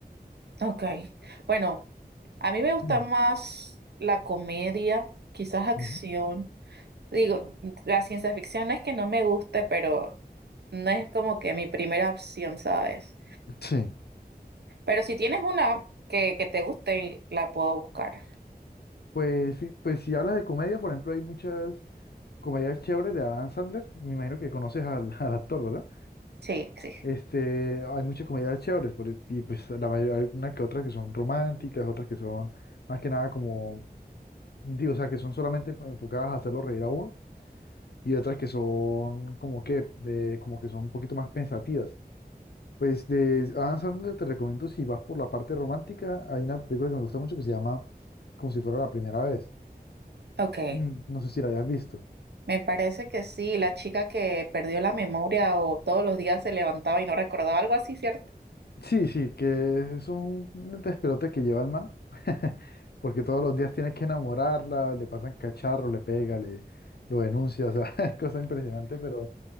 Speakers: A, on the right (about 85°); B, on the left (about 75°).
A: ok. Bueno, a mí me gusta
B: Mm,
A: más la comedia, quizás acción.
B: ujú.
A: Digo, la ciencia ficción no es que no me guste, pero no es como que mi primera opción, ¿sabes?
B: Sí.
A: Pero si tienes una que, que te guste, la puedo buscar.
B: Pues, sí, pues si hablas de comedia, por ejemplo, hay muchas comedias chéveres de Adam Sandler. Me imagino que conoces al, <laughs> al actor, ¿verdad?
A: Sí, sí.
B: Este, hay muchas comedias chéveres, por e- y pues la mayoría, hay una que otra que son románticas, otras que son más que nada como, digo, o sea, que son solamente enfocadas a hacerlo reír a uno, y otras que son como que, eh, como que son un poquito más pensativas. Pues de Adam Sandler te recomiendo, si vas por la parte romántica, hay una película que me gusta mucho que se llama Como si fuera la primera vez.
A: Ok.
B: Mm, No sé si la hayas visto.
A: Me parece que sí, la chica que perdió la memoria o todos los días se levantaba y no recordaba algo así, ¿cierto?
B: Sí, sí, que es un despelote que lleva el man, <laughs> porque todos los días tiene que enamorarla, le pasan cacharros, le pega, le lo denuncia, o sea, <laughs> es cosa impresionante, pero,